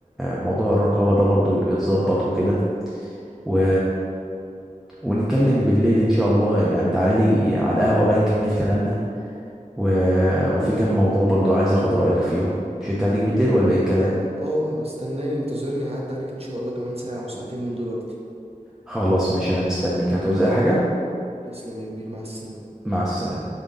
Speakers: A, in the centre; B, on the right.
A: وموضوع الرقابة ده برضو يتظبط وكده و... ونتكلم بالليل إن شاء الله يعني تعالى لي على القهوة بقى نكمل كلامنا و... وفي كام موضوع برضو عايز أخد رأيك فيهم مش أنت هتيجي بالليل
B: خلاص
A: ولا إيه الكلام؟
B: اه آه، استناني انتظرني هعدي عليك ان شاء الله كمان ساعه او ساعتين من دلوقتي
A: خلاص ماشي أنا مستنيك هتعوز أي حاجة؟
B: تسلم يا كبير مع السلامه
A: مع السلامة